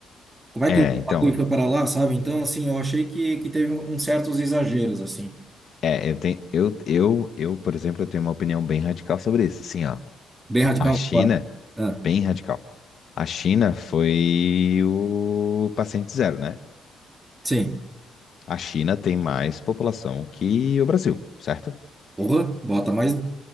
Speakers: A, on the right; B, on the left.
A: Como é
B: É,
A: que o
B: então.
A: bagulho foi para lá, sabe? Então, assim, eu achei que, que teve um, uns certos exageros, assim.
B: É, eu tenho. Eu, eu, eu, por exemplo, eu tenho uma opinião bem radical sobre isso. Assim, ó.
A: Bem radical.
B: A China,
A: claro. Ah,
B: bem radical. A China foi o paciente zero, né?
A: sim.
B: A China tem mais população que o Brasil, certo?
A: Porra, bota mais,